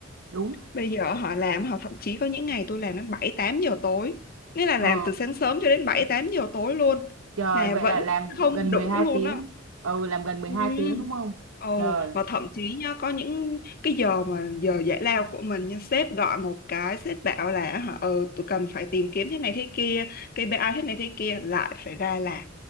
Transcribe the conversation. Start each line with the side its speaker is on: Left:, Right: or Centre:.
Right: đúng
Left: bây giờ họ làm họ thậm chí có những ngày tôi làm đến bảy tám giờ tối nghĩa là làm
Right: ờ
Left: từ sáng sớm cho đến 7 8 giờ tối luôn
Right: trời
Left: mà
Right: vậy
Left: vẫn
Right: là làm
Left: không
Right: gần
Left: đủ
Right: mười hai
Left: luôn
Right: tiếng
Left: á
Right: ừ làm gần mười
Left: Ừ.
Right: hai tiếng đúng không
Left: Ồ,
Right: trời
Left: mà thậm chí nhá, có những cái giờ mà giờ giải lao của mình nhưng sếp gọi một cái sếp bảo là hả, ừ, tụi cần phải tìm kiếm thế này thế kia KPI thế này thế kia lại phải ra làm